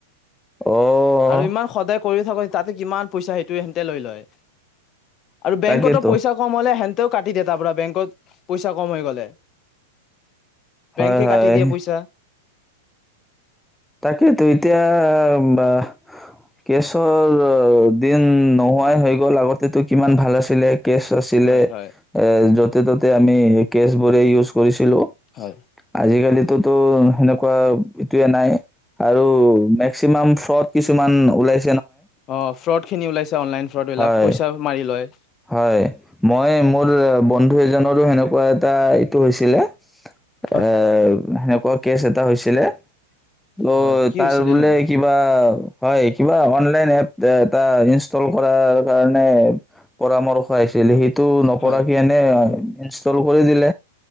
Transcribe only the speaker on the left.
আৰু ইমান সদায় কৰি থাকো তাতে কিমান পইচা সেইটোৱে সিহঁতে লৈ লয়। আৰু বেংকতো
পইচা কম হ'লে হেন ত' কাটি দে তাৰপৰা বেংকত পইচা কম হৈ গ'লে। বেংকে
কাটি দিয়ে পইচা।
হয় হয়
হয়।
অ', ফ্ৰড খিনি ওলাইছে অনলাইন ফ্ৰডবিলাক
পইচা মাৰি লয়।
হয়।
হয় কি
হৈছিলে
নো
হয়।